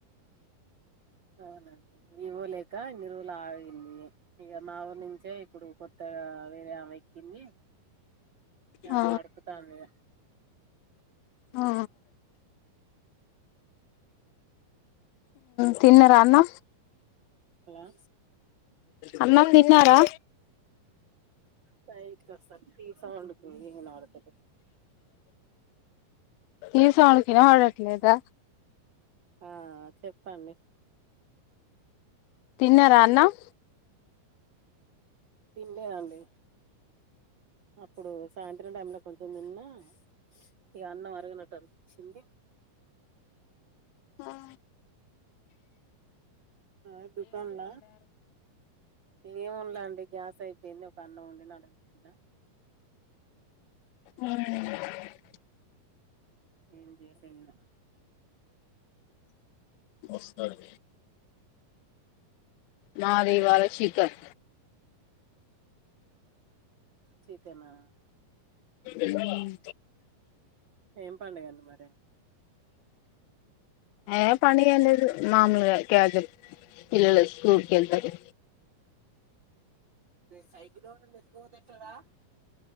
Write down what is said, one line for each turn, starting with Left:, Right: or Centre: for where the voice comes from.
Right: అవునండి ఇవోలేక ఇన్ని రోలు ఆగింది ఇక నా ఊరు నుంచే ఇప్పుడు కొత్త ఆ వేరె ఆవెక్కింది ఆమె
Left: ఆ
Right: నడుపుతాంది ఇగ
Left: ఆ తిన్నరా అ
Right: హలో
Left: అన్నం తిన్నారా?
Right: ప్రైవేట్కస్త టి వి సౌండ్కు ఏం వినపడతలే.
Left: టి వి సౌండ్ కి ఇనపడట్లేదా?
Right: ఆ చెప్పండి.
Left: తిన్నారా అన్నం
Right: తినలేదండి, అప్పుడు సాయంత్రం టైంలో కొంచెం తిన్నా. ఇగ అన్నం అరగనట్టు అనిపించింది.
Left: ఆ
Right: ఆ దుకాన్ల ఏవండలా అండి గ్యాస్ అయిపోయింది, ఒక అన్నం వండిన ఆడపెట్టినా
Left: ఉమ్
Right: ఏం చేసేది లా
Left: వస్తారు నాది ఇవాళ చికన్
Right: చికనా?
Left: ఉమ్
Right: ఏం పడగండి మరి?
Left: ఏ పని ఏం లేదు, మాముూలుగా క్యాజువల్ పిల్లలు స్కూల్కెళ్తారు
Right: సైకిలు ఎవరైనా ఎత్తుకపోతే ఎట్టరా?